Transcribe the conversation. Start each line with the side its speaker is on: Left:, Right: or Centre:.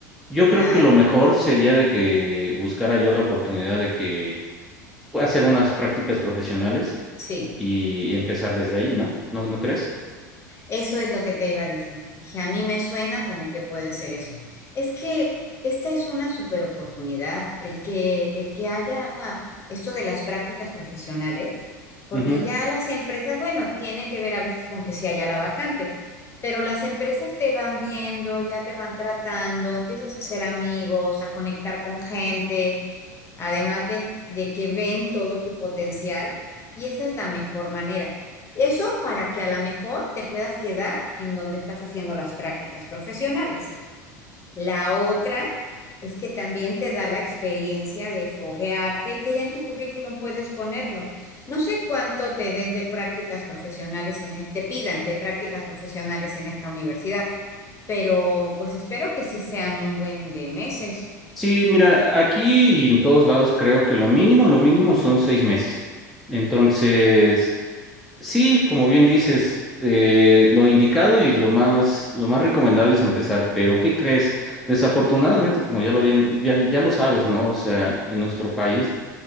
Centre: Yo creo
Left: claro,
Centre: que lo mejor sería de que buscara yo la oportunidad de que pueda hacer unas prácticas profesionales
Left: sí.
Centre: y empezar desde ahí, ¿no? ¿No, no crees?
Left: Eso es lo que te iba a decir. Dije, a mí me suena como que puede ser eso. Es que esta es una super oportunidad, el que, el que haya esto de las prácticas profesionales, porque
Centre: Ujú.
Left: ya las empresas, bueno, tiene que ver a veces con que si haya la vacante, pero las empresas te van viendo, ya te van tratando, empiezas a hacer amigos, a conectar con gente además de, de que ven todo tu potencial y esa es la mejor manera. Eso para que a lo mejor te puedas quedar en donde estás haciendo las prácticas profesionales. La otra es que también te da la experiencia de foguearte y que ya en tu currículum puedes ponerlo. No sé cuánto te den de prácticas profesionales en, e- te pidan de prácticas profesionales en esta universidad, pero pues espero que sí sean un buen de meses.
Centre: Sí, mira, aquí y en todos lados creo que lo mínimo, lo mínimo son seis meses. Entonces, sí, como bien dices, eh, lo indicado y lo más, lo más recomendable es empezar, pero ¿qué crees? Desafortunadamente, como ya lo bien, ya, ya lo sabes, ¿no? O sea, en nuestro país